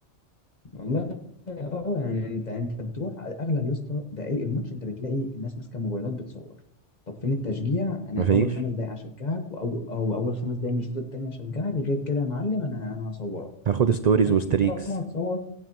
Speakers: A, on the left; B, on the right.
A: والله اه يعني انت انت بتروح اغلب يا اسطى دقايق الماتش انت بتلاقي الناس ماسكه موبايلات بتصور طب فين التشجيع انا
B: مفيش
A: اول خمس دقايق هشجعك واو او اول خمس دقايق من الشوط التاني هشجعك غير كده يا معلم انا انا هصورك
B: هاخد ستوريز
A: طب خلاص
B: وستريكس
A: ما طالما هتصور